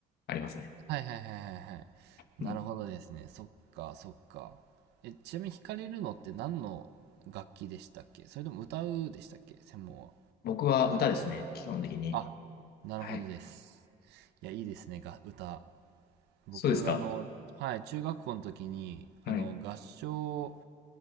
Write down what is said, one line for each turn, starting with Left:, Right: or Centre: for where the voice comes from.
Left: ありますね。
Right: はいはいはいはいはい
Left: うん。
Right: うんふんふんふんはいはいはいはいなるほどですね。そっかそっか。え、ちなみに弾かれるのって何の楽器でしたっけ？それとも歌うでしたっけ？専門は。
Left: 僕は歌ですね、基本的に。
Right: あ、なるほどです。
Left: はい。
Right: いや、いいですね、が歌。僕あのはい、
Left: そうですか。
Right: 中学校の時に、
Left: はい。
Right: あの、合唱